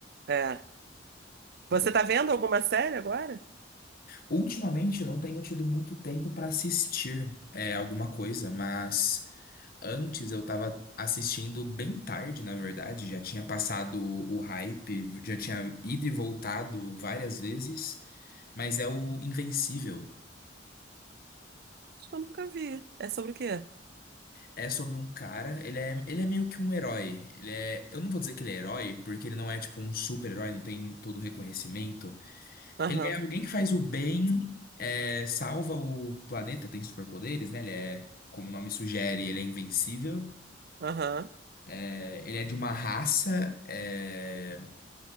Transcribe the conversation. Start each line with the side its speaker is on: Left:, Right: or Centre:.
Right: É. Você
Left: Vou-
Right: tá vendo alguma série agora?
Left: Ultimamente eu não tenho tido muito tempo para assistir é, alguma coisa, mas antes eu tava assistindo bem tarde, na verdade, já tinha passado o hype, já tinha ido e voltado várias vezes, mas é o Invencível.
Right: Acho que eu nunca vi. É sobre o quê?
Left: É sobre um cara, ele é, ele é meio que um herói. Ele é, eu não vou dizer que ele é herói, porque ele não é tipo um super-herói, não tem todo o reconhecimento,
Right: Aham,
Left: Ele é alguém que faz o bem, é, salva o planeta, tem superpoderes, né? Ele é, como o nome sugere, ele é invencível.
Right: aham.
Left: É, ele é de uma raça. é,